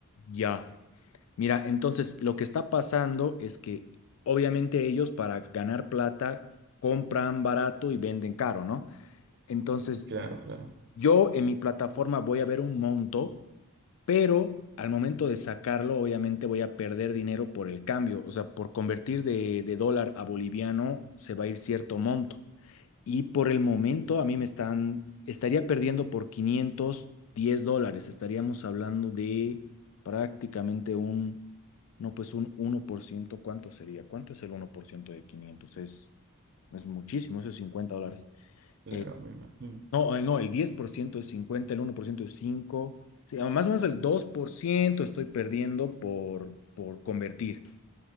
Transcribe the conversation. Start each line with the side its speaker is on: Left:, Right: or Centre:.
Left: Ya. Mira, entonces lo que está pasando es que obviamente ellos para ganar plata compran barato y venden caro, ¿no? Entonces
Right: Claro, claro.
Left: yo en mi plataforma voy a ver un monto pero al momento de sacarlo, obviamente voy a perder dinero por el cambio, o sea, por convertir de, de dólar a boliviano se va a ir cierto monto. Y por el momento a mí me están, estaría perdiendo por 510 dólares, estaríamos hablando de prácticamente un, no, pues un uno por ciento. ¿cuánto sería? ¿Cuánto es el uno por ciento de 500? Es, es muchísimo, eso es 50 dólares.
Right: Claro,
Left: Eh,
Right: me imagino.
Left: no, eh, no, el 10% es cincuenta el uno por ciento es 5. Sí, ah, más o menos el 2% estoy perdiendo por, por convertir.